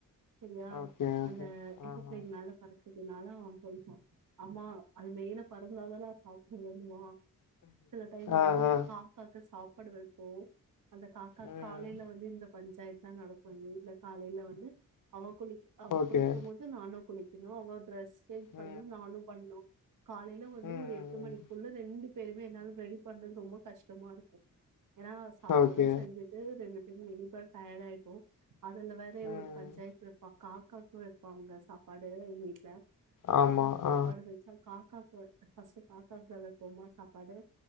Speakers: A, on the right; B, on the left.
A: சரியா
B: ஓகே ஓகே
A: அந்த ஏரோபிளைன்
B: ஆமா
A: மேல பறக்குதுனால அவே சொல்லுவா அம்மா அது மேல பறந்தாதா நா சாப்டுவேன்னுவா சில டைம்
B: ஆ,
A: வந்து
B: ஆ.
A: கா க்காக்கு சாப்பாடு வைப்போ அந்த காக்கா
B: ம்.
A: காலேல வந்து இந்த பஞ்சாயத்துதா நடக்கு எங்க வீட்ல காலேல வந்து அவ குளிக்க அவ
B: ஓகே.
A: குளிக்கும்போது நானு குளிக்கணு அவ டிரஸ் சேஞ்ச்
B: ம்.
A: பண்ணும்போது நானு பண்ணணு காலேல வந்து
B: ம், ம்,
A: ஒரு எட்டு
B: ம்.
A: மணிக்குள்ள ரெண்டு பேருமே என்னால ரெடி பண்றது ரொம்ப கஷ்டமா இருக்கு ஏன்னா சாப்பாடு
B: ஓகே.
A: செஞ்சிட்டு ரெண்டு பேரயு ரெடி பண்ண டயர்டு ஆயிடுவோ அதுல வேற இவ
B: ம்.
A: ஒரு பஞ்சாயத்து வைப்பா காகாக்கு வைப்பாங்க சாப்பாடு எங்க வீட்ல காக்காக்கு
B: ஆமா.
A: சாப்பாடு
B: ஆ.
A: வச்சா காக்காக்கு ஃபர்ஸ்ட் காக்காக்கு தா வைபோமா சாப்பாடு